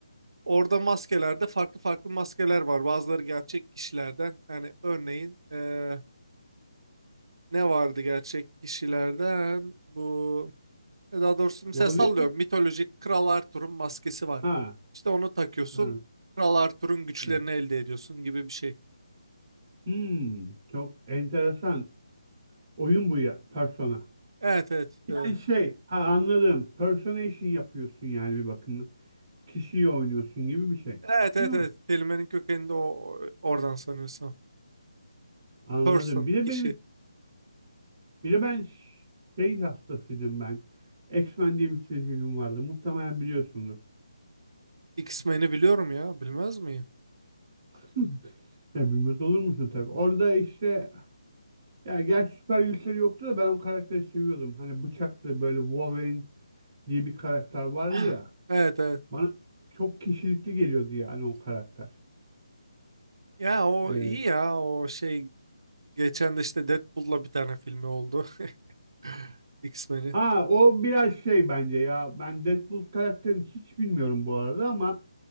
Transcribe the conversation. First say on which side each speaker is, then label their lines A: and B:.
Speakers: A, on the right (about 80°); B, on the right (about 30°).
A: Orada maskelerde farklı farklı maskeler var. Bazıları gerçek kişilerden. Yani örneğin eee, ne vardı gerçek kişilerden? Bu e, daha doğrusu mesela
B: Vallahi
A: sallıyorum mitolojik Kral Arthur'un maskesi var.
B: Ha,
A: İşte onu takıyorsun.
B: ha,
A: Kral Arthur'un güçlerini
B: evet.
A: elde ediyorsun gibi bir şey.
B: Hmm, çok enteresan. Oyun bu ya, Persona.
A: Evet evet. e,
B: Yani şey, ha anladım. Personation yapıyorsun yani bir bakımda. Kişiyi oynuyorsun gibi bir şey.
A: evet evet
B: Değil mi?
A: evet. Kelimenin kökeninde o oradan sanıyorsun.
B: Anladım.
A: Person,
B: Bir de
A: kişi.
B: benim, bir de ben şey hastasıydım ben. X-Men diye bir çizgi film vardı. Muhtemelen biliyorsundur.
A: X-Men'i biliyorum ya. Bilmez miyim?
B: <laughs> Ya bilmez olur musun tabii. Orada işte ya gerçi süper güçleri yoktu da ben o karakteri seviyordum. Hani bıçaklı böyle Wolverine diye bir karakter vardı
A: <clears throat>
B: ya.
A: Evet evet.
B: Bana çok kişilikli geliyordu yani o karakter.
A: Ya o
B: Ee,
A: iyi ya o şey Geçen de işte Deadpool'la bir tane filmi oldu. <laughs> X-Men'in.
B: ha o biraz şey bence ya. Ben Deadpool karakterini hiç bilmiyorum bu arada ama